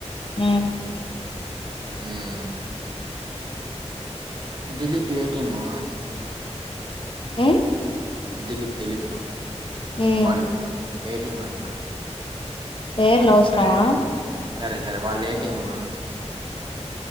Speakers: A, on the left (about 45°); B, on the right (about 40°).
A: ఉ.
B: ఉమ్మ్. Dilip A team.
A: ఉమ్.
B: దిలీప్ దిలీపు,
A: మ్మ్
B: వాళ్ళు ఏ టీం అంటున్నా.
A: ఫేర్ లౌస్ కదా.
B: సరే, సరే వాళ్ళు ఏ టీము.